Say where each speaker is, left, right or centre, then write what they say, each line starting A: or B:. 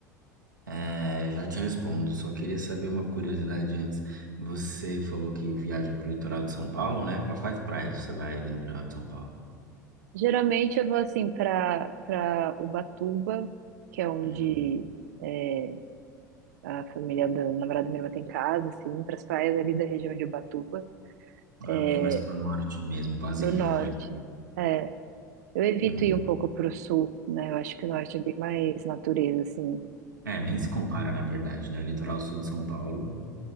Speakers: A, on the right; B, on the right.
A: É, já te respondo, só queria saber uma curiosidade antes. Você falou que viaja para o litoral de São Paulo, né? Para quais praias você vai ali no litoral de São Paulo?
B: Geralmente eu vou assim para para Ubatuba, que é onde
A: Hum.
B: é, a família da namorada da minha irmã tem casa, assim, para as praias ali da região de Ubatuba,
A: Ah,
B: é,
A: bem mais para o norte mesmo, quase
B: pro
A: Rio
B: norte.
A: já.
B: É, eu evito
A: Uhum.
B: ir um pouco pro sul, né? Eu acho que o norte é bem mais natureza, assim.
A: É, nem se compara, na verdade, né? O litoral sul de São Paulo